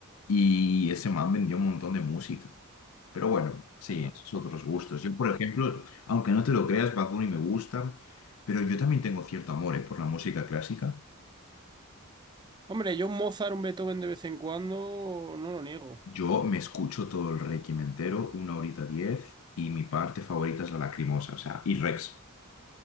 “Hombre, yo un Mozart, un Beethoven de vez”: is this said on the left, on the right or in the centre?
Right